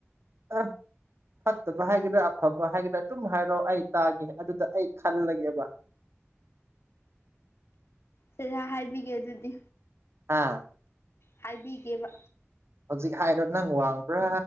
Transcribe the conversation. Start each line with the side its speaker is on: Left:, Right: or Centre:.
Right: <unintelligible> ꯐꯠꯇꯕ ꯍꯥꯏꯒꯗ꯭ꯔꯥ ꯑꯐꯕ ꯍꯥꯏꯒꯗ꯭ꯔꯥ ꯑꯗꯨꯝ ꯍꯥꯏꯔꯣ ꯑꯩ ꯇꯥꯒꯦ ꯑꯗꯨꯗ ꯑꯩ ꯈꯜꯂꯒꯦꯕ
Left: ꯁꯦꯁꯦ ꯍꯥꯏꯕꯤꯒꯦ ꯑꯗꯨꯗꯤ
Right: ꯑꯥ
Left: ꯍꯥꯏꯕꯤꯒꯦꯕ
Right: ꯍꯧꯖꯤꯛ ꯍꯥꯏꯔꯣ ꯅꯪ ꯋꯥꯡꯕ꯭ꯔꯥ